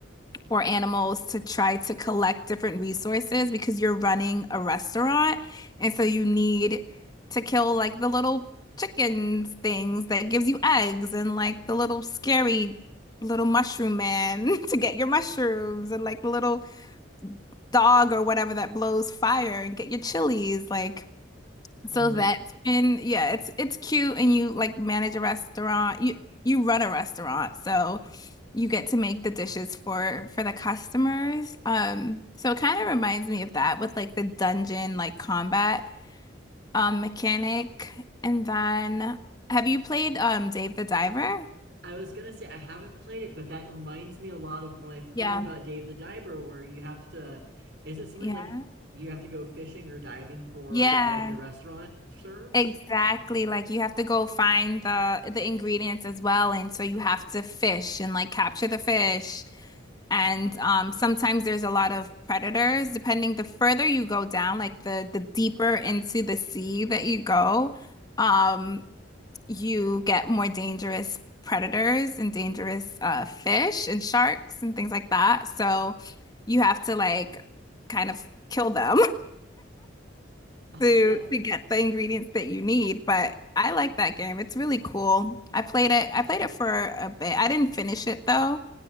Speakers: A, on the left; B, on the right.
A: for animals to try to collect different resources because you're running a restaurant. And so you need to kill like the little chickens things that gives you eggs and like the little scary little mushroom man <laughs> to get your mushrooms and like the little dog or whatever that blows fire and get your chilies. Like so
B: Oh,
A: that's been yeah, it's it's cute and you like manage a restaurant. You you run a restaurant, so you get to make the dishes for for the customers. Um, so it kind of reminds me of that with like the dungeon like combat um mechanic. And then have you played um Dave the Diver?
B: I was gonna say I haven't played it, but that reminds me a lot of what I've heard
A: Yeah.
B: about Dave the Diver, where you have to, is it something
A: Yeah.
B: like you have to go fishing or diving for
A: Yeah.
B: what your restaurant serves?
A: Exactly. Like you have to go find the the ingredients as well, and so you have to fish and like capture the fish. And um, sometimes there's a lot of predators. Depending the further you go down, like the the deeper into the sea that you go, um, you get more dangerous predators and dangerous uh, fish and sharks and things like that. So you have to like kind of kill them <laughs>
B: Oh,
A: to
B: that
A: to get the ingredients that you need. But I like that game. It's really cool. I played it. I played it for a bit. I didn't finish it though.